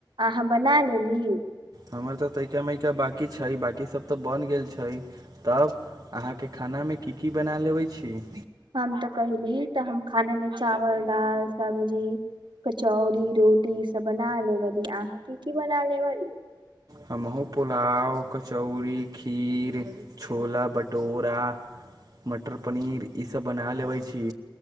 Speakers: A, on the right (about 80°); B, on the right (about 50°).
A: अहाँ बना लेली
B: हमर त तइका मइका बाकी छै बाकी सब तऽ बन गेल छै तब अहाँके खानामे की की बना लेबै छीयै
A: हम तऽ कहिली तऽ हम खाने मे चावल दाल सब्जी कचौड़ी रोटी ईसभ बना लेबली अहाँ की की बना लेबली
B: हमहुं पुलाव कचौड़ी खीर छोला भटूरा मटर पनीर ईसभ बना लेबै छी